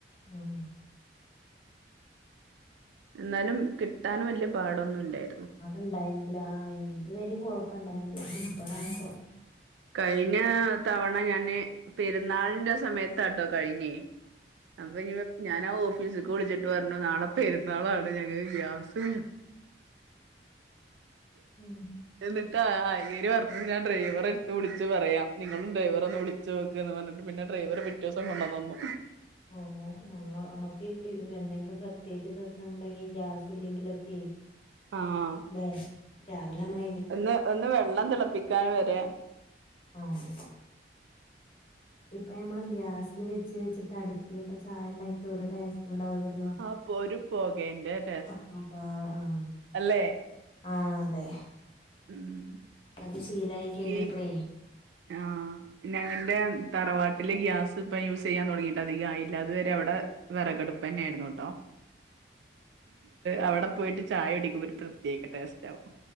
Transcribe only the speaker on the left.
ഉം
ഉണ്ടായിരുന്നില്ല ആഹ് ഇതുവരെയും കുഴപ്പ ഇണ്ടായിരുന്നില്ല ഇപ്പളാണിപ്പം
ഉം
ഓ ഓ ഞങ്ങ നമ്മുക്ക് എന്തെങ്കിലും പ്രത്യേകിച്ച് ദിവസം ഉണ്ടെങ്കിൽ ഗ്യാസ് ഇല്ലെങ്കിലൊക്കെ
അല്ലെ രാവിലെ നമ്മള
ആഹ് ഇപ്പൊ നമ്മള് ഗ്യാസിൽ വെച്ച് വെച്ചിട്ട് അടുപ്പിലൊക്കെ ചായണ്ടാക്കി ഓരുടേസ്റ്റ് ണ്ടാവതല്ലോ
അപ്പപ്പാ ആഹ്
ആഹ് അതെ
അത് ശീലായി കഴിഞ്ഞപ്പളേ